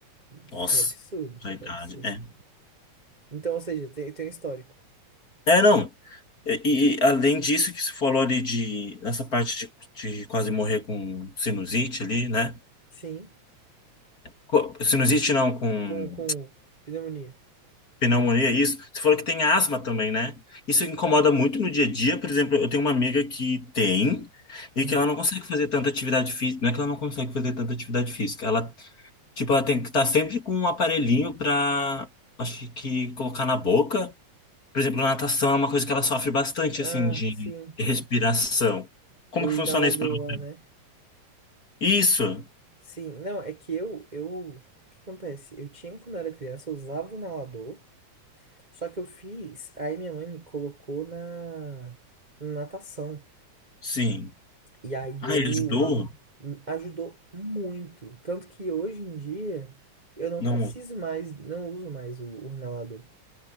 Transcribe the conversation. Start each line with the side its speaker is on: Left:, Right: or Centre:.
Right: Foi
Left: Nossa,
Right: absurdo,
Left: já a idade.
Right: foi absurdo.
Left: É.
Right: Então, ou seja, tem, tem um histórico.
Left: É, não. E, e- e além disso que você falou ali de nessa parte de, de quase morrer com sinusite ali, né?
Right: Sim,
Left: Co- Sinusite não, com
Right: com, com pneumonia.
Left: pneumonia, isso. Você falou que tem asma também, né? Isso incomoda muito no dia a dia. Por exemplo, eu tenho uma amiga que tem e
Right: Uhum.
Left: que ela não consegue fazer tanta atividade física. Não é que ela não consegue fazer tanta atividade física. Ela Tipo, ela tem que estar sempre com um aparelhinho pra, acho que, colocar na boca. Por exemplo, natação é uma coisa que ela sofre bastante,
Right: Ah,
Left: assim, de
Right: sim.
Left: respiração. Como
Right: O
Left: que
Right: inalador
Left: funciona isso pra você?
Right: lá, né?
Left: Isso,
Right: Sim, não, é que eu, eu, o que acontece? Eu tinha quando era criança, eu usava o inalador, só que eu fiz, aí minha mãe me colocou na, na natação.
Left: sim.
Right: E aí
Left: Ah,
Right: eu
Left: ele ajudou?
Right: hum, ajudou muito, tanto que hoje em dia eu não
Left: Não.
Right: preciso mais, não uso mais o, o inalador.